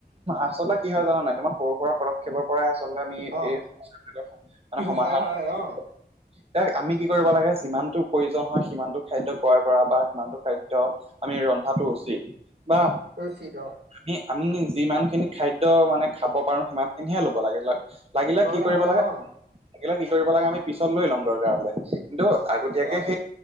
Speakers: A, on the right; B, on the right.
A: আচলতে কি হয় জানা নাই তোমাৰ সৰু সুৰা পদক্ষে। প্ৰেপৰ পৰাই আচল্ততে আমি
B: অ
A: এই সমস্ মানে সমাধান
B: হয় হয়
A: <unintelligible>
B: অ
A: এ আমি কি কৰিব লাগে যিমানটো প্ৰয়োজন হয় সিমানটো খাদ্য ক্ৰয় কৰা বা সিমানটো খাদ্য। আমি ৰন্ধাটো উচিত, বা
B: উচিত অ,
A: আমি আমি যিমান খিনি খাদ্য মানে খাব পাৰো, সিমান খিনিহে ল'ব লাগে। লাগিলে
B: হয়
A: কি কৰিব
B: হয়
A: লাগে,
B: অ
A: লাগিলে কি কৰিব লাগে, আমি পিছত লৈ লম দৰকাৰ হ'লে। কিন্তু আগতীয়াকেই
B: অ
A: সেই।